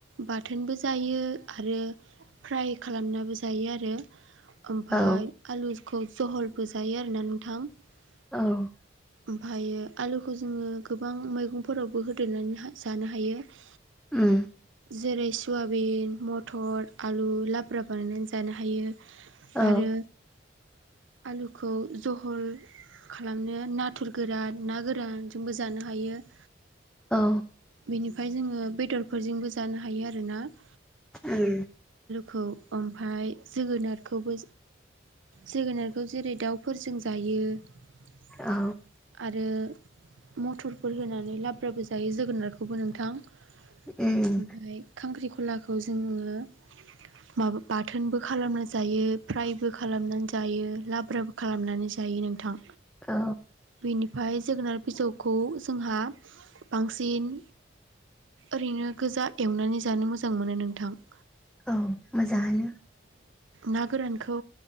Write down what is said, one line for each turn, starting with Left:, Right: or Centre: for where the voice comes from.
Right: बाथोनबो जायो आरो फ्राय खालामनाबो जायो आरो ओमफ्राय
Centre: औ
Right: आलुखौ जहलबो जायो आरोना नोंथां ।
Centre: औ
Right: ओमफ्रायो आलुखौ जोङो गोबां मैगंफोरावबो होदेरनानै जानो हायो ।
Centre: ओम
Right: जेरै सयाबिन मटर आलु लाब्रा बानायनानै जानो हायो ।
Centre: औ
Right: आरो आलुखौ जहल खालामनो नाथुर गोरान ना गोरान जोंबो जानो हायो ।
Centre: औ
Right: बेनिफ्राय जोङो बेदरफोरजोंबो जानो हायो आरो ना ।
Centre: उम
Right: खौ ओमफ्राय जोगोनारखौबो जोगोनारखौ जेरै दाउफोरजों जायो ।
Centre: औ
Right: आरो मटरफोर होनानै लाब्राबो जायो जोगोनारखौ । खौबो नोंथां ओमफ्राय
Centre: उम
Right: खांख्रिखलाखौ जोङो माबा बाथोनबो खालामनानै जायो फ्रायबो खालामनानै जायो लाब्राबो खालामनानै जायो नों थां
Centre: औ
Right: बेनिफ्राय जोगोनार बिजौखौ जोंहा बांसिन ओरैनो गोजा एवनानै जानो मोजां मोनो नोंथां ।
Centre: औ मोजाङानो
Right: ना गोरानखौ